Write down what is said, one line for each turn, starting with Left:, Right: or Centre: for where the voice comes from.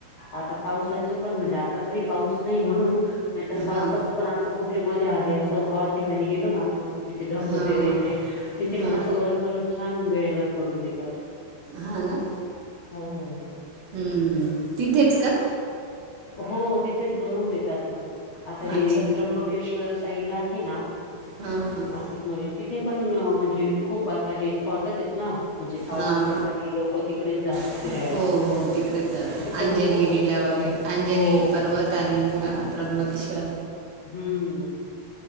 Left: आता पावसाचे पण म्हणजे आता तरी पाऊस नाही म्हणून. नाहीतर पावसाच
Right: हां
Left: पण असं कुठे मध्ये अधी असं ऑड ठिकाणी गेलो ना असं तिथे धबधबे
Right: हां हां
Left: वगैरे तिथे
Right: हां
Left: पण असं गरम, गरम छान वेळेवर करून देतात.
Right: हां ना.
Left: हो..
Right: हम्म तिथेच का?
Left: हो तिथेच बनवून देतात ना आता हे
Right: अच्छा
Left: त्र्यंबकेश्वर साईडला आहेना
Right: हां हां
Left: नाशिक मध्ये तिथे पण म्हणजे खूप आता हे थॅटच आहेत. ना म्हणजे पाऊस
Right: हां
Left: पडला की लोक तिकडेच जातात
Right: हां
Left: फिरायला.
Right: हो हो तिकडे जातात.
Left: ते पण
Right: अंजनेरीला
Left: खूप असे हे
Right: वगैरे अंजनेरी
Left: हो
Right: पर्वत आणि त्र्यंबकेश्वर.
Left: हम्म